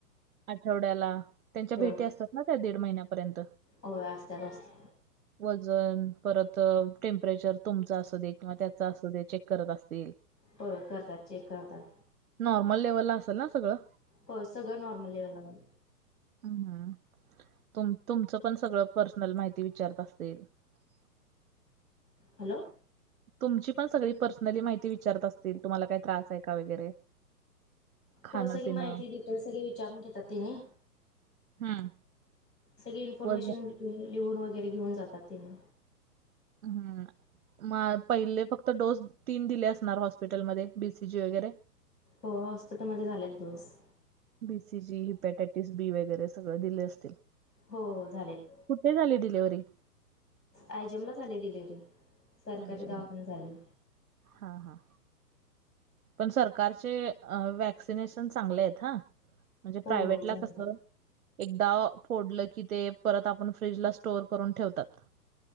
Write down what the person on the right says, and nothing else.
आठवड्याला त्यांच्या
भेटी असतात ना, त्या दीड महिन्यापर्यंत
वजन परत अ टेम्परेचर तुमचा असू दे किंवा त्याचा असू दे चेक करत असतील.
नॉर्मल लेव्हलला असल ना सगळं.
ह तुम तुमचं पण सगळं पर्सनल माहिती विचारत असतील. <inaudible>
तुमची पण सगळी पर्सनली माहिती विचारत असतील, तुम्हाला काय त्रास आहे का वगैरे? खाणं
पिणं
हम्म.
वजन
हम्म. म पहिले फक्त डोस तीन दिले असणार. हॉस्पिटल मध्ये. बीसीजी वगैरे.
BC G hepatitis B वगैरे सगळं दिले असतील.
कुठे झाली डिलिव्हरी.
आयजम.
हा हा. पण सरकारचे वॅक्सिनेशन चांगले आहेत हा. म्हणजे
प्रायव्हेटला
कसं. एकदा फोडलं की ते. परत आपण फ्रीजला स्टोअर करून ठेवतात.